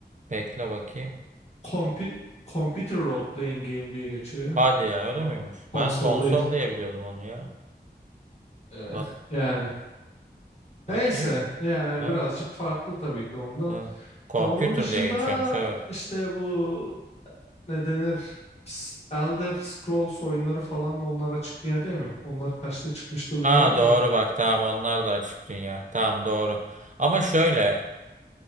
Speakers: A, on the right; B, on the left.
A: Bekle bakayım.
B: Compu- Computer Role Playing Game diye geçiyor ya.
A: Hadi ya öyle
B: O
A: miymiş?
B: konsol
A: Ben konsol
B: değil.
A: diye biliyordum onu ya.
B: Ee,
A: Bak
B: yani
A: bakayım.
B: Neyse yani
A: Ha,
B: birazcık farklı tabii ki ondan.
A: ha. Computer
B: Ya onun dışında
A: diye geçiyormuş evet.
B: işte bu ne denir S- Elder Scrolls oyunları falan da onlar açık dünya değil mi? Onlar kaçta çıkmıştı bilmiyorum
A: Aa doğru
B: da.
A: bak tamam onlar da açık dünya. Tamam doğru. Ama şöyle